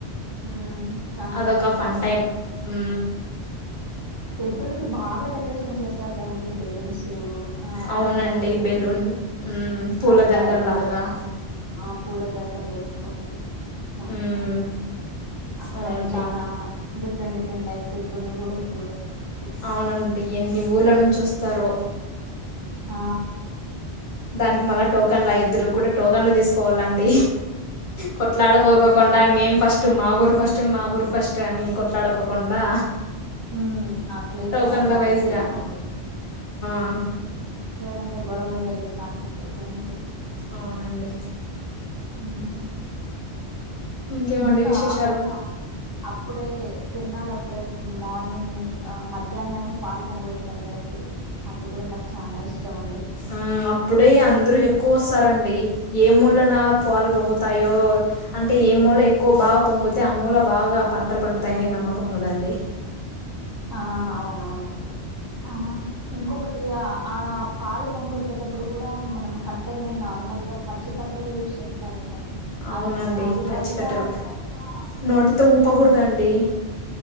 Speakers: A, on the right; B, on the left.
A: ఉమ్ చానా
B: అదొక
A: బాగుంటుందండి
B: ఫన్ టైమ్ ఊ
A: ఎద్దులకి బాగా చేస్తారు కదండి బెలూన్స్ ఆ
B: అవునండి
A: అవేంటివి
B: బెలూన్ పూలదండలు
A: అద్దాలతో
B: అలాగా
A: ఆ పూల దండలేస్కోని చాలా
B: హ్మ్.
A: బాగుంటాయి అక్కడ
B: అవునండి
A: చాలా డిఫరెంట్ డిఫరెంట్ టైప్స్ ఎద్దుల్ని కూడా చూడచ్చు
B: అవునండి ఎన్ని ఊర్లనొంచి వస్తారొ
A: ఆ
B: దానికి మళ్ళా టోకన్లు ఆ ఎద్దులుగ్గూడా టోకెన్లు తీసుకోవాలండి కొట్లాడుకోకుండా మేం ఫస్ట్ మా ఊరు ఫస్ట్ మా ఊరు ఫస్ట్ అని కొట్లాడుకోకుండా
A: ఉ అట్లయితేనే
B: టోకన్ల
A: బాగుంటుందిలేండి
B: వైజ్గా ఆ
A: లేదంటే గొడవలు జరిగే ఛాన్సెస్ ఎక్కువుంటాయి
B: అవునండి
A: వుం
B: ఇంకేమండి
A: ఇంకా
B: విశేషాలు
A: అప్పుడే తిరనాలప్పుడే మార్నింగ్ మధ్యాహ్నం మేము పాలు పొంగు పెడతారు కదండి అది కూడా నాకు చానాఇష్టంమండి
B: ఆ అప్పుడే అందరుూ ఎక్కువొస్తారండి ఏ మూలన పాలు పొంగుతాయో అంటే ఏ మూల ఎక్కువ బాగా పొంగుతే ఆ మూల బాగా పంటలు పండుతాయని నమ్మకం గదండి
A: ఆ అవునవునవును ఆ ఇంకొకటి ఆ పాలు పొంగబెట్టేటప్పుడు కూడా మనం కట్టెలని నార్మల్ మల్ గా పచ్చి కట్టెలే యూస్ చేస్తారంటండి
B: అవునండి
A: అ అది
B: పచ్చికట్టలు
A: కాక
B: నోటితో ఊపకూడదండి
A: ఆ